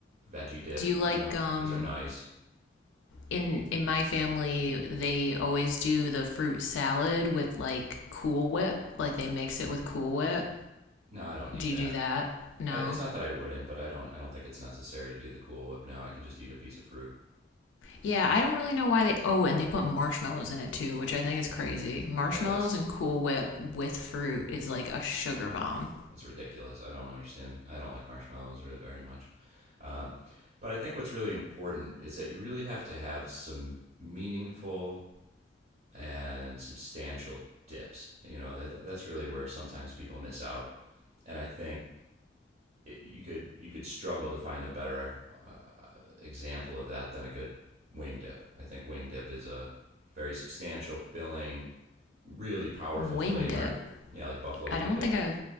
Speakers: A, on the right; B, on the left.
A: veggie dip
B: Do you like
A: you know
B: um
A: those are nice
B: in in my family they always do the fruit salad with like cool whip like they mix it with cool whip
A: no i don't need
B: do
A: that
B: you do that no
A: I, it's not that i wouldn't but i don't i don't think it's necessary to do the cool whip now i can just eat a piece of fruit
B: yeah i don't really know why they oh and they put marshmallows in it too which i think is crazy marshmallows
A: yeah that's
B: and cool whip with fruit is like a sugar bomb
A: that's ridiculous i don't understand i don't like marshmallows really very much um, but i think what's really important is that you really have to have some meaningful and substantial dips you know that, that's really where sometimes people miss out and i think you could you could struggle to find a better uh, example of that than a good wing dip. I think wing dip is a very substantial, filling, really powerful
B: winged
A: flavor.
B: it
A: Yeah, like buffalo
B: i
A: wing
B: don't
A: dip.
B: think i've